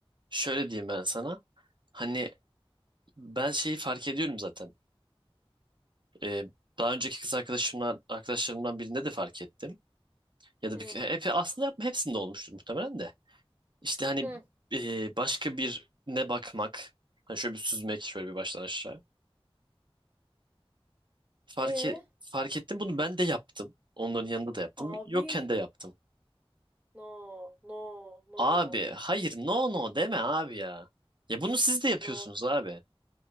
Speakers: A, on the right; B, on the right.
A: Şöyle diyeyim ben sana. Hani ben şeyi fark ediyorum zaten. Ee, daha önceki kız arkadaşımla arkadaşlarımdan birinde de fark ettim. Ya da
B: Hı.
A: bir, hep, aslında yapma hepsinde olmuştur muhtemelen de. İşte hani
B: Hı.
A: e, başka birine bakmak. Hani şöyle bir süzmek şöyle bir baştan aşağı. Fark,
B: E?
A: e- fark ettim bunu ben de yaptım. Onların yanında da yaptım.
B: Abi
A: Yokken de yaptım.
B: No, no, no,
A: Abi hayır no no deme abi ya. Ya bunu siz de yapıyorsunuz
B: no.
A: abi.